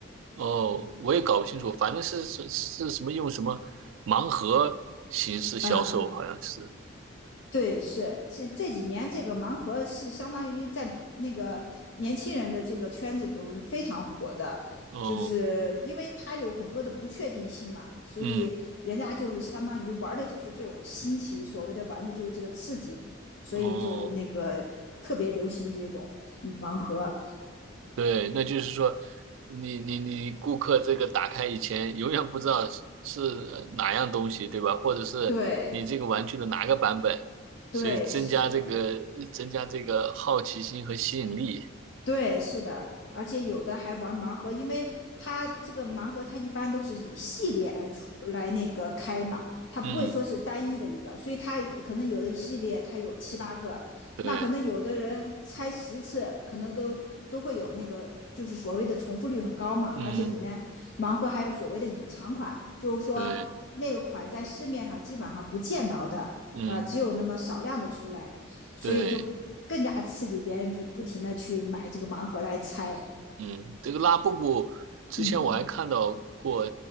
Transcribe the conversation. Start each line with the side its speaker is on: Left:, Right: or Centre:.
Right: 哦，我也搞不清楚，反正是是是什么用什么盲盒形式销售，
Left: 嗯，
Right: 好像是。
Left: 对，是这这几年这个盲盒是相当于在那个年轻人的这个圈子里头是非常火的，
Right: 哦，
Left: 就是因为它有很多的不确定性嘛，所以人家就是相当于玩的就是这种新奇，
Right: 嗯，
Left: 所谓的玩的就是这个刺激，所以就那个特别流行这种
Right: 哦，
Left: 盲盒。
Right: 对，那就是说，你你你顾客这个打开以前，永远不知道是是呃哪样东西，对吧？或者是你这个玩具的哪个版本，
Left: 对对，
Right: 所以增加这个增加这个好奇心和吸引力。
Left: 是的。对，是的，而且有的还玩盲盒，因为它这个盲盒它一般都是以系列来出来那个开嘛，它不会说是单一的一个，
Right: 嗯，
Left: 所以它可能有的一系列它有七八个，
Right: 对，
Left: 那可能有的人拆十次，可能都都会有那个就是所谓的重复率很高嘛，
Right: 嗯，
Left: 而且里面盲盒还有所谓的隐藏款，就是说那个款在市面上基本上不见到的，
Right: 对，嗯，
Left: 呃，只有那么少量的出来。所以就更加刺激别人去不停的去买这个盲盒来猜。
Right: 对，嗯，这个拉布布之前我还看到过
Left: 嗯，